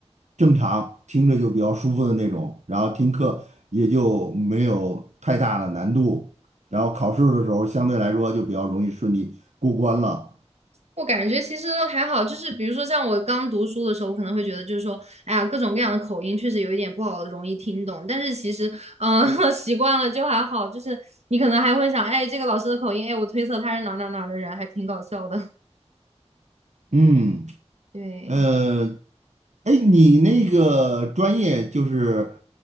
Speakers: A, on the right (about 85°); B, on the right (about 65°).
A: 正常，听着就比较舒服的那种，然后听课也就没有太大的难度，然后考试的时候相对来说就比较容易顺利过关了。
B: 我感觉其实还好，就是比如说像我刚读书的时候，我可能会觉得就是说，哎呀，各种各样的口音确实有一点不好，容易听懂。但是其实，嗯，<laughs> 习惯了就还好。就是你可能还会想，哎，这个老师的口音，哎，我推测他是哪儿哪儿哪儿的人，还挺搞笑的。<laughs>
A: 嗯。
B: 对，
A: 呃，哎，你那个专业就是